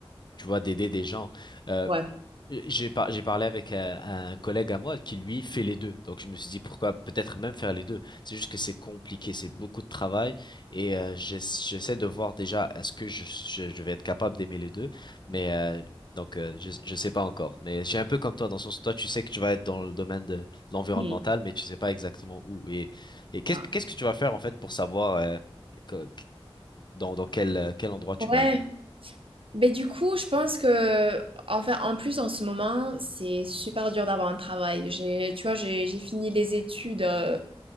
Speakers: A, on the left; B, on the right.
A: tu vois, d'aider des gens. Euh,
B: Ouais.
A: j'ai par- j'ai parlé avec euh, un collègue à moi qui lui fait les deux. Donc je me suis dit pourquoi peut-être même faire les deux. C'est juste que c'est compliqué, c'est beaucoup de travail et euh, j'ess- j'essaie de voir déjà est-ce que je, je, je vais être capable d'aimer les deux. Mais euh, donc euh, je, je sais pas encore. Mais je suis un peu comme toi dans le sens où toi tu sais que tu vas être dans le domaine de l'environnemental
B: Mhm.
A: mais tu sais pas exactement où. Et, et qu'est-ce,
B: Ah.
A: que- qu'est-ce que tu vas faire en fait pour savoir euh, que- dans, dans quel, euh, quel endroit tu
B: Ouais,
A: vas aimer?
B: Mais du coup, je pense que, enfin, en plus, en ce moment, c'est super dur d'avoir un travail. J'ai, tu vois, j'ai, j'ai fini les études euh,